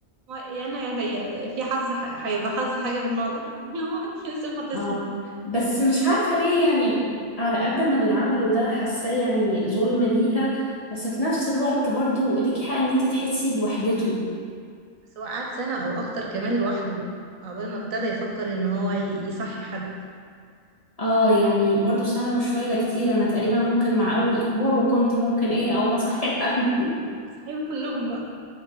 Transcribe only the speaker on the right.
هو يا انا يا هي يعني في حظ ح- هيبقى حظي حاجه من النوع ده <laughs> اللي هو لازم هتصحي
بس هو قعد سنه او اكتر كمان لوحده عقبال ما ابتدى يفكر ان هو ي- يصحي حد
صحيهم كلهم بقى